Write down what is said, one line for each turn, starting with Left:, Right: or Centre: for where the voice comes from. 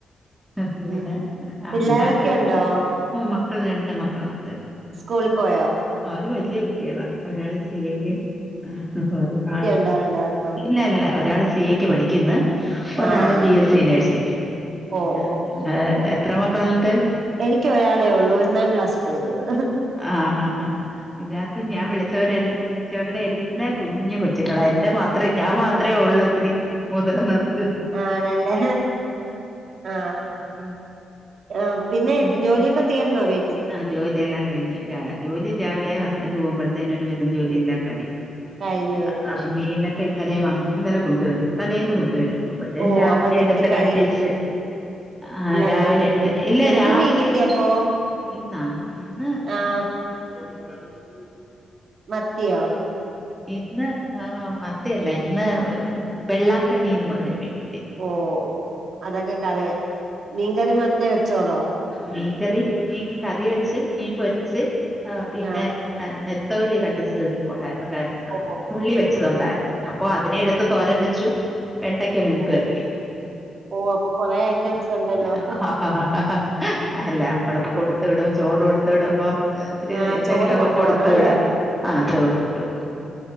Right: ഉം
Centre: പിന്നെ അങ്ങനെ
Right: പിള്ളോരൊക്കെ
Centre: ആക്രി
Right: ഉണ്ടോ
Centre: ഓഹ് മക്കൾ രണ്ട് മക്കള്ണ്ട്
Right: സ്കൂളിൽപോയോ
Centre: അവര് വല്യയ കുട്ട്യേളാ ഒരാള് സി ഐ ക്ക്യും ആഹ് ഒരാൾ
Right: ണ്ടണ്ടർത്തോ
Centre: ല്ല ല്ലാ ഒരാൾ സി ഐ ക്ക് പഠിക്ക്ന്ന് ഒരാള്
Right: ആഹ്
Centre: ബി എസ് സി നേഴ്സിങ്
Right: ഓ
Centre: ആഹ്
Right: ഓ
Centre: ഇങ്ങളെ
Right: ഓ
Centre: എൻ്റെ
Right: ഓ
Centre: എത്ര മക്കൾണ്ട്
Right: എനിക്ക് ഒരാളേ ഉള്ളൂ ഒന്നാം ക്ലാസ് പഠിക്ന്ന്
Centre: ആഹ് ഇതിനകത്ത് ഞ്യാം വിളി ച്ചോരെൽ വിൽച്ചോരുടെ എല്ലാം കുഞ്ഞു കൊച്ചുങ്ങളാ എന്റെ മാ ത്രേ ഞ്യാമാത്രേ ഉള്ളത്തിരി മുതിർന്നത്
Right: ആണല്ലേ ആഹ് ആം പിന്നെ
Centre: ഏഹ്
Right: ജോലിയൊക്കെ തീർന്നോ വീ
Centre: ആഹ് ജോലിയെല്ലാം കഴിഞ്ഞ് രാ ജോലി രാവിലെ ഹസ്ബൻന്റ് പോവുമ്പഴ്ത്തേനൊരുവിധം ജോലിയെല്ലാം കഴിയും
Right: കഴിഞ്ഞ് വെക്കും
Centre: അഹ് ആഹ് മീനൊക്കെ ഇന്നലെ വാങ്ങും ഇന്നലെ കൊണ്ടുവരും തലേന്ന് കൊണ്ടുവരും അപ്പത്തേൻ
Right: ഓ
Centre: രാവിലെ
Right: അപ്പൊ വെട്ടിക്കഴുകി
Centre: എട്ത്ത് കണ്ടിശ്ശ്
Right: വൃത്തി
Centre: ആഹ്
Right: എല്ലാം
Centre: രാവിലെ
Right: വെക്കും
Centre: ഇല്ല
Right: എന്ത്
Centre: രാവിലെ
Right: മീൻ കിട്ടിയപ്പോ
Centre: ഇന്നാ ഇന്ന്
Right: ആഹ്
Centre: അഹ് ഇങ്ങോട്ട് പറയാമെന്ന് <unintelligible>
Right: മത്തിയോ?
Centre: ഇന്ന് മത്തിയല്ല ഇന്ന് വെള്ളാക്കണ്ണിന്ന് പറഞ്ഞൊരു മീൻ കിട്ടി.
Right: ഓഹ് ഓഹ് അതൊക്കെ കറിവെ മീൻ കറിമാത്രേ വെച്ചോളോ?
Centre: മീൻകറി, മീൻ കറി വെച്ച്, മീൻ പൊരിച്ച്, ഏഹ് പിന്നെ
Right: ആഹ്
Centre: നാത്തോലി കണ്ടിച്ചത് ഇരിപ്പുണ്ടായിരുന്നു
Right: ഓ ഓ
Centre: ഉള്ളി വെച്ചതുണ്ടായിരുന്നു അപ്പൊ അതിനെ എടുത്ത് തോരം വെച്ചു. വെണ്ടക്കെ മെഴുക്ക്
Right: ഓ
Centre: വരട്ടി.
Right: ഓ അപ്പൊ കൊറേ ഐറ്റംസ് ഉണ്ടല്ലോ
Centre: <unintelligible> അല്ല അമ്മള് കൊടുത്തുവിടും ചോറ് കൊടുത്ത് കൊടുത്ത് വിടുമ്പം ഇത്തിരി
Right: ആഹ്
Centre: എന്തെങ്കിലുമൊക്കെ
Right: ചോറ് കൊണ്ടു
Centre: കൊടുത്തു
Right: പോണം അല്ലേ
Centre: വിടാൻ ആ ചോർ കൊണ്ട് പോവും.